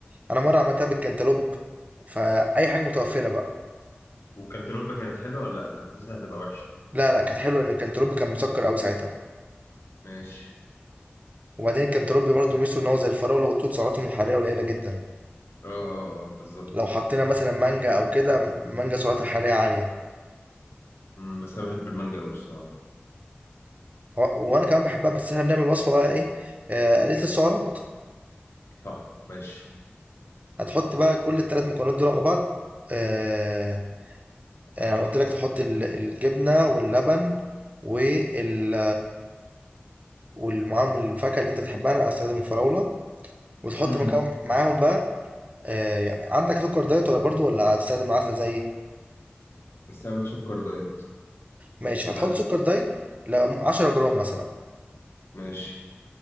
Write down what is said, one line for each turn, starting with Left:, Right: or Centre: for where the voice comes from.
Right: أنا مرة عملتها بالكنتالوب فأي حاجة متوفرة بقى
Left: والكنتالوبة كانت حلوة ولا لأ أنا حاسسها هتبقى وحشة
Right: لا لا كانت حلوة لأن الكنتالوب كان مسكر أوي ساعتها
Left: ماشي
Right: وبعدين الكنتالوب برضو ميزته إن هو زي الفراولة والتوت سعراتهم الحرارية قليلة جدا
Left: اه اه اه بالظبط
Right: لو حطينا مثلا مانجا أو كده مانجا سعراتها الحرارية عالية
Left: أمم، بس أنا بحب المانجا أوي الصراحة
Right: و- وأنا كمان بحبها بس إحنا بنعمل وصفة بقى إيه آه، قليلة السعرات
Left: صح ماشي
Right: هتحط بقى كل التلات مكونات دول على بعض آه، آه، أنا قلت لك تحط ال- الجبنة واللبن وال ومعاهم الفاكهه اللي انت بتحبها انا هستخدم الفراوله وتحط
Left: امم
Right: مكان معاهم بقى آه عندك سكر دايت ولا برضو ولا هتستخدم العسل زيي
Left: استعمل سكر دايت
Right: ماشي هتحط
Left: عندي
Right: سكر دايت ل 10 جرام مثلا
Left: ماشي